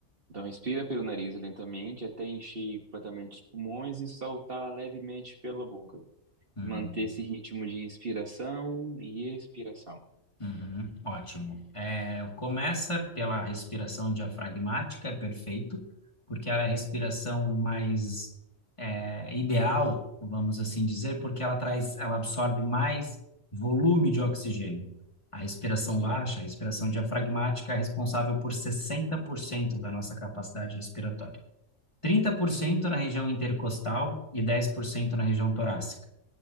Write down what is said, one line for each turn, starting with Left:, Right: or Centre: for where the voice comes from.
Right: Então, respira pelo nariz lentamente até encher completamente os pulmões e soltar levemente pela boca.
Left: Hum,
Right: Manter esse ritmo de inspiração e expiração.
Left: uhum, ótimo. É, começa pela respiração diafragmática, é perfeito, porque ela é a respiração mais é, ideal, vamos assim dizer, porque ela traz, ela absorve mais volume de oxigênio. A respiração
Right: Sim.
Left: baixa, a respiração diafragmática, é responsável por 60% da nossa capacidade respiratória. 30% na região intercostal e 10% na região torácica.